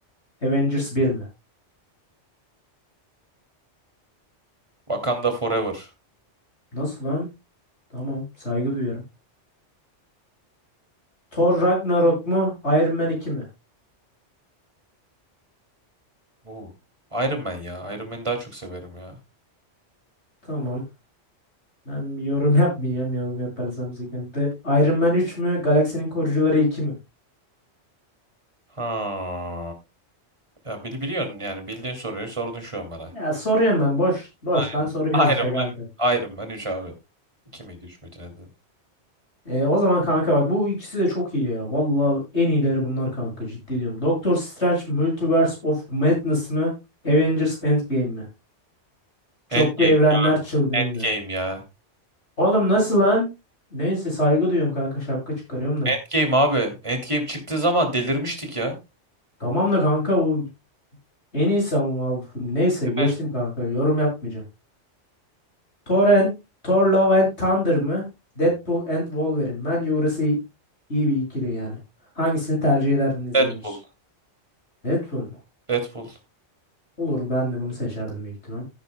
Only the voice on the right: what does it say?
Wakanda Forever.
Oo. Iron Man ya. Iron Man'i daha çok severim ya.
Ha. Ya bili biliyorsun yani bildiğin soruyu sordun şu an bana.
Ay-
Iron Man.
Iron Man üç abi. 2 miydi 3 müydü ne dedim?
Endgame.
Endgame ya.
Endgame abi. Endgame çıktığı zaman delirmiştik ya.
Evet.
Deadpool.
Deadpool.